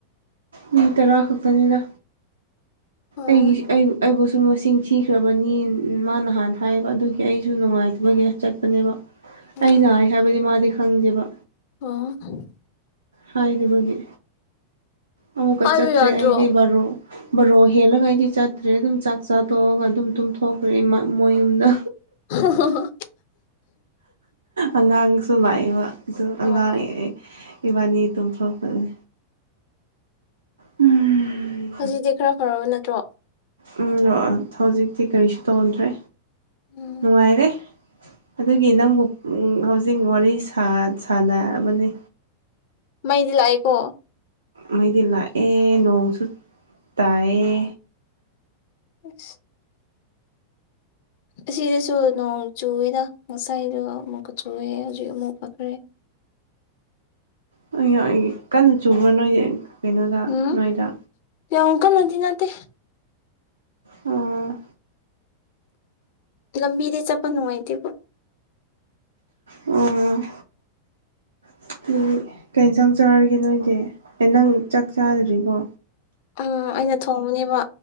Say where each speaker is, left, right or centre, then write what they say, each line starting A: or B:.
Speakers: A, on the right (about 75°); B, on the left (about 50°).
A: ꯃꯤ ꯇꯔꯥ ꯈꯛꯇꯅꯤꯗ
B: ꯑꯣ
A: ꯑꯩꯒꯤꯠꯁ ꯑꯩ ꯑꯩꯕꯨꯁꯨ ꯃꯁꯤꯡ ꯊꯤꯈ꯭ꯔꯕꯅꯤ ꯃꯥ ꯅꯍꯥꯟ ꯍꯥꯏꯕ ꯑꯗꯨꯒꯤ ꯑꯩꯁꯨ ꯅꯨꯡꯉꯥꯏꯇꯕꯒꯤ ꯆꯠꯄꯅꯦꯕ
B: ꯎꯝ
A: ꯑꯩ ꯅꯥꯏ ꯍꯥꯏꯕꯗꯤ ꯃꯥꯗꯤ ꯈꯪꯗꯦꯕ
B: ꯑꯣ
A: ꯍꯥꯏꯗꯕꯒꯤ ꯑꯃꯨꯛꯀ
B: ꯍꯥꯏꯕ
A: ꯆꯠꯇ꯭ꯔꯦ
B: ꯌꯥꯗ꯭ꯔꯣ
A: ꯑꯩꯗꯤ ꯕꯥꯔꯣ ꯕꯥꯔꯣ ꯍꯦꯜꯂꯒ ꯑꯩꯗꯤ ꯆꯠꯇ꯭ꯔꯦ ꯑꯗꯨꯝ ꯆꯥꯛ ꯆꯥ ꯇꯣꯛꯑꯒ ꯑꯗꯨꯝ ꯇꯨꯝꯊꯣꯛꯈ꯭ꯔꯦ ꯃ ꯃꯣꯏ ꯌꯨꯝꯗ
B: <unintelligible>
A: ꯑꯉꯥꯡꯁꯨ ꯂꯥꯛꯏꯕ ꯑꯗꯨ ꯑꯉꯥꯡ
B: ꯑꯣ
A: ꯑꯦꯑꯦ ꯏꯕꯥꯅꯤ ꯇꯨꯝꯊꯣꯛꯄꯅꯦ ꯎꯝ
B: ꯍꯧꯖꯤꯛꯇꯤ ꯈꯔ ꯐꯔꯕ ꯅꯠꯇ꯭ꯔꯣ
A: ꯎꯝ ꯅ‌ꯣꯛꯑ ꯊꯧꯖꯤꯛꯇꯤ ꯀꯔꯤꯁꯨ ꯇꯧꯗ꯭ꯔꯦ
B: ꯎꯝ
A: ꯅꯨꯡꯉꯥꯏꯔꯦ ꯑꯗꯨꯒꯤ ꯅꯪꯕꯨ ꯎꯝ ꯍꯧꯖꯤꯛ ꯋꯥꯔꯤ ꯁꯥ ꯁꯥꯟꯅꯕꯅꯦ
B: ꯃꯩꯗꯤ ꯂꯥꯛꯏꯀꯣ
A: ꯃꯩꯗꯤ ꯂꯥꯛꯑꯦ ꯅꯣꯡꯁꯨ ꯇꯥꯏꯌꯦ
B: ꯑꯁ ꯑꯁꯤꯗꯁꯨ ꯅꯣꯡ ꯆꯨꯑꯦꯗ ꯉꯁꯥꯏꯗꯣ ꯑꯃꯨꯛꯀ ꯆꯨꯑꯦ ꯍꯧꯖꯤꯛ ꯑꯃꯨꯛ ꯐꯈ꯭ꯔꯦ
A: <unintelligible> ꯀꯟꯅ ꯆꯨꯕ꯭ꯔꯥ ꯅꯣꯏꯗꯤ ꯀꯩꯅꯣꯗ
B: ꯎꯝ
A: ꯅꯣꯏꯗ
B: ꯌꯥꯝ ꯀꯥꯟꯅꯗꯤ ꯅꯠꯇꯦ
A: ꯑꯣ
B: ꯂꯝꯕꯤꯗꯤ ꯆꯠꯄ ꯅꯨꯡꯉꯥꯏꯇꯦꯕꯣ
A: ꯑ‌ꯣ <unintelligible> ꯀꯩ ꯏꯟꯖꯥꯡ ꯆꯥꯔꯒꯦ ꯅꯣꯏꯗꯤ ꯑꯦ ꯅꯪ ꯆꯥꯛ ꯆꯥꯗ꯭ꯔꯤꯕꯣ
B: ꯎꯝ ꯑꯩꯅ ꯊꯣꯡꯕꯅꯦꯕ